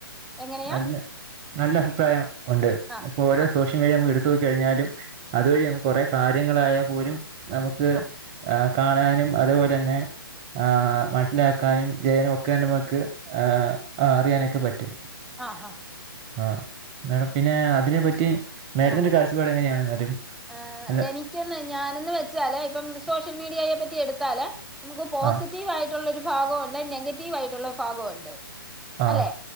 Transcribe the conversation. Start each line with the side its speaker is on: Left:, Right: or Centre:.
Centre: എങ്ങനെയാ
Right: നല്ല നല്ല അഭിപ്രായം ഉണ്ട്
Centre: ആ
Right: ഇപ്പോ ഓരോ
Centre: ആ
Right: സോഷ്യൽ മീഡിയ നമ്മുക്ക് എടുത്ത് നോക്കി കഴിഞ്ഞാലും അതുവഴി
Centre: ആ ആ
Right: നമക്ക് കൊറെ കാര്യങ്ങളായാ പോലും നമക്ക്
Centre: ആ
Right: കാണാനും അതുപോലെന്നെ ആ മനസ്സിലാ ക്കാനും ജയനും ഒക്കെ നമുക്ക് ആ അറിയാനൊക്കെ പറ്റും
Centre: ആഹാ
Right: ആ മേഡം പിന്നെ അതിനെപ്പറ്റി മേഡത്തിന്റെ
Centre: ആ
Right: ഒരു കാഴ്ചപ്പാട് എങ്ങനെയാണ് എന്നാലും
Centre: ആ
Right: അല്ല
Centre: എനിക്കന്ന് ഞാനന്ന് വെച്ചാല് ഇപ്പം സോഷ്യൽ മീഡിയയെ പറ്റി എടുത്താല് നമുക്ക് പോസിറ്റീവ്
Right: ആഹ്
Centre: ആയിട്ടുള്ള ഒരു ഭാഗൊണ്ട് നെഗറ്റീവ് ആയിട്ടുള്ള ഭാഗൊണ്ട്
Right: ആഹ്
Centre: അല്ലെ